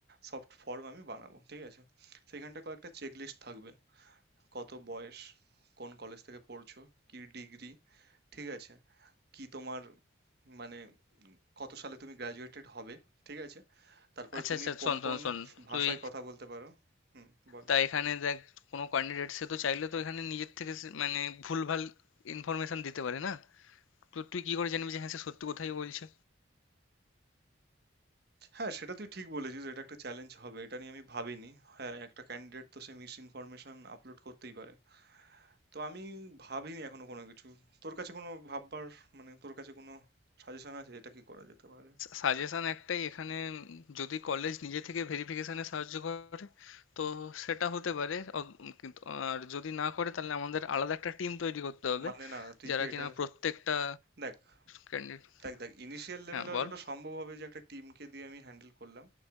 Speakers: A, on the right; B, on the left.
A: সফট ফর্ম আমি বানাবো, ঠিক আছে? সেখানটায় কয়েকটা চেকলিস্ট থাকবে। কত বয়স, কোন কলেজ থেকে পড়ছো, কি ডিগ্রি, ঠিক আছে? কি তোমার মানে কত সালে তুমি গ্র্যাজুয়েটেড হবে ঠিক আছে তারপরে
B: আচ্ছা
A: তুমি
B: আচ্ছা
A: কোন
B: শোন শোন
A: কোন
B: শোন
A: ভাষায়
B: তুই
A: কথা বলতে পারো হুম বল
B: তা এখানে দেখ কোনো ক্যান্ডিডেট সে তো চাইলে তো এখানে নিজের থেকে সে- মানে ভুলভাল ইনফরমেশন দিতে পারে না তো তুই কি করে জানবি যে হ্যাঁ সে সত্যি কোথায় বলছে
A: হ্যাঁ সেটা তুই ঠিক বলেছিস এটা একটা চ্যালেঞ্জ হবে এটা নিয়ে আমি ভাবিনি হ্যাঁ একটা ক্যান্ডিডেট তো সে মিস ইনফরমেশন আপলোড করতেই পারে তো আমি ভাবিনি এখনো কোনো কিছু তোর কাছে কোনো ভাববার মানে তোর কাছে কোনো সাজেশন আছে এটা কি করা যেতে পারে
B: সাজেশন একটাই এখানে যদি কলেজ নিজে থেকে ভেরিফিকেশনে সাহায্য করে তো সেটা হতে পারে অ- কিন্তু আর যদি না করে তাহলে আমাদের আলাদা একটা টিম তৈরি করতে হবে
A: মানে না না, তুই
B: যারা
A: কি এটা
B: কিনা প্রত্যেকটা
A: দেখ
B: ক্যান্ডিডেট
A: দেখ দেখ ইনিশিয়াল লেভেলে
B: হ্যাঁ
A: হয়তো
B: বল
A: ওটা সম্ভব হবে যে একটা টিমকে দিয়ে আমি হ্যান্ডেল করলাম